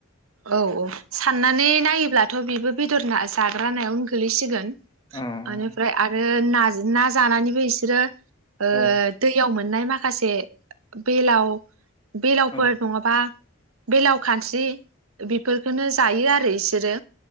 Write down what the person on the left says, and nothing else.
अ
औ
औ